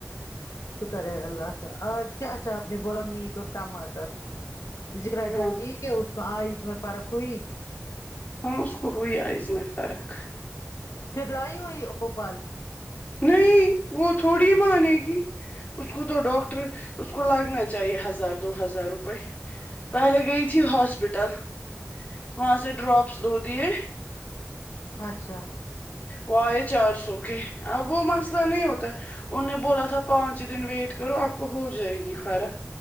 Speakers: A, on the left (about 85°); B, on the left (about 30°).
A: شکر ہے اللہ کا آج کیا اچھا آپ نے بولا میٹ اور ٹماٹر جیرا
B: ہاں
A: جانتی ہے کہ اس میں آئس میں فرخ ہوئی
B: ہاں اس کو ہوی آئز میں فرق
A: پھر لائی ہوئی اپو پال
B: نہیں وہ تھوڑی مانے گی اس کو تو ڈاکٹر اس کو لگنا چاہیے ہزار دو ہزار روپئے پہلے گئی تھی ہاسپٹل وہاں سے ڈراپس دو دیے
A: اچھا
B: وہ آئے چار سو کے اب وہ مسئلہ نہیں ہوتا ان نے بولا تھا پانچ دن ویٹ کرو آپ کو ہو جائے گی فرق